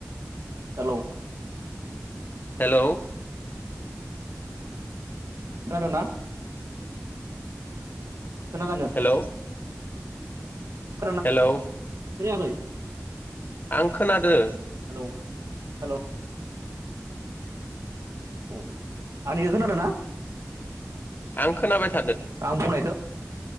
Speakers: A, on the right; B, on the left.
A: हेलौ
B: हेलौ
A: खोनादोंना? खोनादोनो
B: हेलौ
A: <unintelligible>
B: हेलौ
A: खोनायाखै
B: आं खोनादो।
A: हेलौ हेलौ ओम औ आंनिखो खोनादो ना?
B: आं खोनाबाय था
A: आं बुंनायखो?